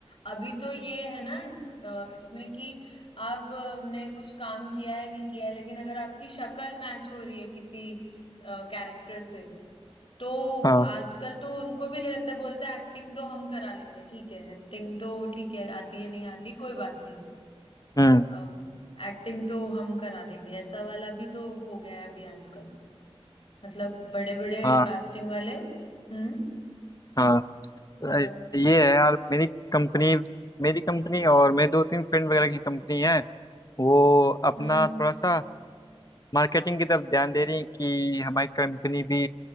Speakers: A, on the left (about 60°); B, on the left (about 35°).
A: अभी तो ये है ना अ, इसमें कि आपने कुछ काम किया है नहीं किया है लेकिन अगर आपकी शक्ल मैच हो रही है किसी कैरेक्टर से तो
B: हाँ
A: आजकल तो उनको भी ले लेते हैं, बोलते हैं एक्टिंग तो हम करा लेंगे ठीक है एक्टिंग तो ठीक है आती है नहीं आती कोई बात नहीं
B: हम्म
A: अब एक्टिंग तो हम करा देंगे ऐसा वाला भी तो हो गया है अभी आजकल मतलब बड़े बड़े
B: हाँ
A: कास्टिंग वाले हम्म
B: हाँ
A: अ,
B: अ, ये है यार मेरी कंपनी मेरी कंपनी और मेरे दो तीन फ्रेंड वगैरह की कंपनी है वो अपना
A: हम्म
B: थोड़ा सा मार्केटिंग की तरफ ध्यान दे रही है कि हमारी कंपनी भी